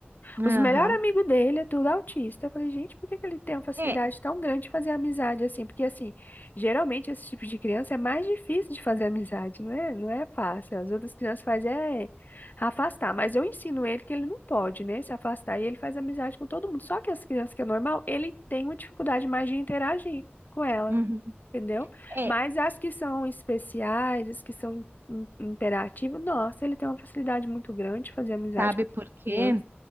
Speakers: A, on the left (about 45°); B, on the right (about 60°).
A: Os
B: Aham.
A: melhores amigos dele é tudo autista. Eu falei, gente, por que que ele tem uma facilidade
B: É,
A: tão grande de fazer amizade assim? Porque, assim, geralmente esse tipo de criança é mais difícil de fazer amizade, não é, não é fácil. As outras crianças fazem é afastar, mas eu ensino ele que ele não pode, né, se afastar e ele faz amizade com todo mundo. Só que as crianças que é normal, ele tem uma dificuldade mais de interagir com ela,
B: uhum.
A: entendeu?
B: É,
A: Mas
B: é,
A: as que são especiais, as que são im- imperativas, nossa, ele tem uma facilidade muito grande de fazer amizade
B: sabe
A: com
B: por quê?
A: criança.